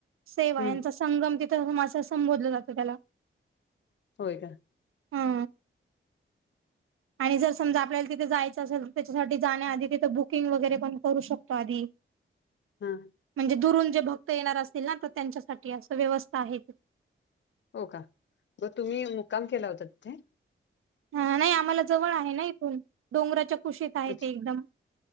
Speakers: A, on the right; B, on the left.
A: सेवा
B: हम्म
A: यांचा संगम तिथं माझं संबोधलं जातं त्याला.
B: होय का.
A: ह आणि जर समजा आपल्याला तिथे जायचं असेल तर त्याच्यासाठी जाण्याआधी तिथं बुकिंग वगैरे पण करू शकतो आधी,
B: हम.
A: म्हणजे दुरून जे भक्त येणार असतील ना तर त्यांच्यासाठी असे व्यवस्था आहे ती
B: हो का. मग तुम्ही. काम केला होतात ते.
A: हा नाही आम्हाला जवळ आहे ना इथून डोंगराच्या कुशीत.... एकदम
B: अच्छा